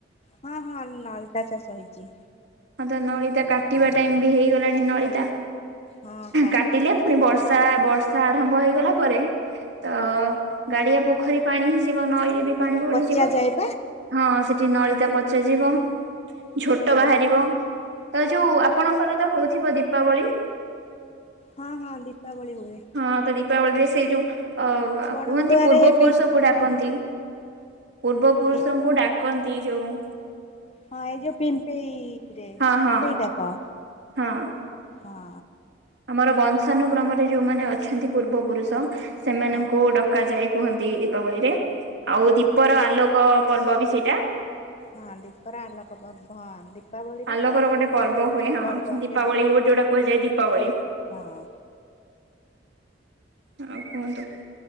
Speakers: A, on the left; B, on the right.
A: ହଁ ହଁ ନଳିତା ଚାଷ ହେଇଛି।
B: ହଁ ତ ନଳିତା କାଟିବା ଟାଇମ ବି ହେଇଗଲାଣି ନଳିତା।
A: ହଁ କାଟିକି
B: କାଟିଲେ
A: ସେଟା
B: ପୁଣି ବର୍ଷା
A: ଯୋଉ
B: ବର୍ଷ ସା ଆରମ୍ଭ ହେଇଗଲା ପରେ ତ ଗାଡିଆ ପୋଖରୀ ପାଣି ହେଇଯିବ ନଈରେ ବି ପାଣି ବଢିଯିବ,
A: ପଚା ଯାଏ ପା
B: ହଁ ସେଠି ନଳିତା ପଚା ଯିବ। ଝୋଟ
A: ପଚା
B: ବାହାରିବ
A: ଯାଇ
B: ତ ଯୋଉ ଆପଣଙ୍କର ତ ହଉଥିବ ଦୀପାବଳି।
A: ହଁ ହଁ ଦୀପାବଳି ହୁଏ।
B: ହଁ ତ ଦୀପାବଳିରେ ସେ ଯୋଉ ଅ
A: ବଡ
B: କୁହନ୍ତି
A: ବଡୁଆରେ
B: ପୂର୍ବ
A: ପି
B: ପୁରୁଷ
A: ହୁଁ
B: କୁ ଡାକନ୍ତି। ପୂର୍ବ ପୁରୁଷଙ୍କୁ
A: ଏ
B: ଡାକନ୍ତି ଯଉଁ।
A: ହଁ ଏଇ ଯୋଉ ପିମ୍ପେଇରେ
B: ହଁ ହଁ
A: ପିମ୍ପେଇ କା କ
B: ହଁ
A: ହଁ।
B: ଆମର ବଂଶାନୁକ୍ରମରେ ଯୋଉମାନେ ଅଛନ୍ତି ପୂର୍ବ ପୁରୁଷ ସେମାନଙ୍କୁ
A: ହଁ
B: ଡକା ଯାଏ କୁହନ୍ତି। ଦୀପାବଳିରେ, ଆଉ ଦୀପର ଆଲୋକ ପର୍ବ ବି ସେଇଟା।
A: ହଁ ଦୀପର ଆଲୋକ ପର୍ବ। ଦୀପାବଳିରେ
B: ଆଲୋକର
A: ତ ଆଲୋକ
B: ଗୋଟେ ପର୍ବ
A: ପ
B: ହୁଏ, ହଁ
A: ପର୍ବ
B: ଦୀପାବଳି
A: ସେ
B: ଗୋ ଯୋଉଟା କୁହାଯାଏ ଦୀପାବଳି।
A: ହଁ
B: ଆଉ କୁହନ୍ତୁ